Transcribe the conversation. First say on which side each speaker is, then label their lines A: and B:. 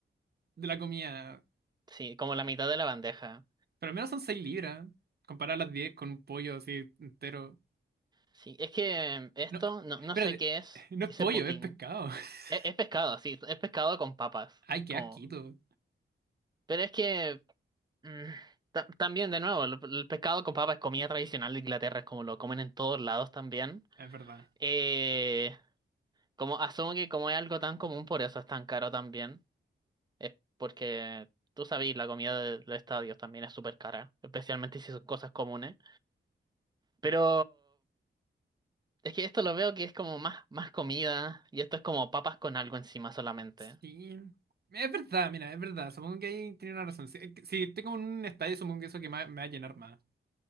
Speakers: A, on the right; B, on the right.
A: de la comida.
B: sí, como la mitad de la bandeja.
A: Pero al menos son 6 libras. Comparar las 10 con un pollo así entero.
B: Sí, es que esto,
A: No,
B: no, no
A: espérate.
B: sé qué es,
A: No es
B: ese
A: pollo,
B: Putin.
A: es pescado. <laughs>
B: Es, es pescado, sí, es pescado con papas.
A: Ay, qué
B: Como...
A: asquito.
B: Pero es que mm, ta- también, de nuevo, el, el pescado con papas es comida tradicional de Inglaterra, es como lo comen en todos lados también.
A: Es verdad.
B: Eh, como asumo que como es algo tan común, por eso es tan caro también. Es porque tú sabes, la comida de, de estadios también es súper cara, especialmente si son cosas comunes. Pero Es que esto lo veo que es como más, más comida y esto es como papas con algo encima solamente.
A: Sí. Es verdad, mira, es verdad. Supongo que ahí tiene una razón. Si, si estoy como en un estadio, supongo que eso que me, me va a llenar más.